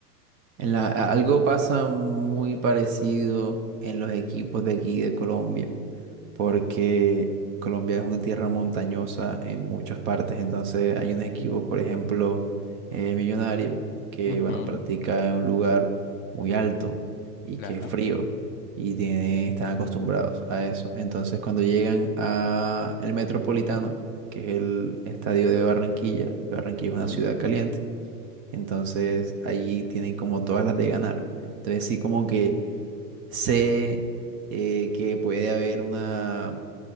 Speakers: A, on the right (about 25°); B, on the left (about 35°).
A: En la, a- algo pasa muy parecido en los equipos de aquí de Colombia, porque Colombia es una tierra montañosa en muchas partes, entonces hay unos equipos, por ejemplo, el Millonario, que
B: Ujú,
A: bueno, practica en un lugar muy alto y
B: claro.
A: que es frío y tiene, están acostumbrados a eso. Entonces cuando llegan a el Metropolitano, que es el estadio de Barranquilla, y Barranquilla es una
B: ujú.
A: ciudad caliente, entonces ahí tienen como todas las de ganar. Entonces sí como que sé eh, que puede haber una,